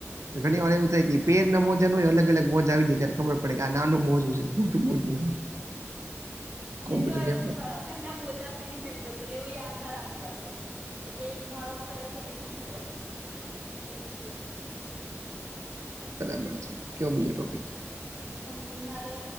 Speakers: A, on the right; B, on the right.
A: ઘણી વાર એવું થાય કે પેર ના મોજા ન હોય અલગ અલગ મોજ આવી જાય ત્યારે ખબર પડે કે આ નાનું મોજ છે. મુલકે પહચું છે.
B: મે
A: કોમ્પ્યુટર
B: તો
A: લેબમાં
B: એવું બરા ભાઈ ના મોજા પહેને જ જતો એવું યાદ ના રમું કરતો. એટલે એક માળફ પહેલા છે એક મહને બેસે એવું થતું.
A: બરાબર છે કેવ બીજો ટોપિક?
B: હમ હરે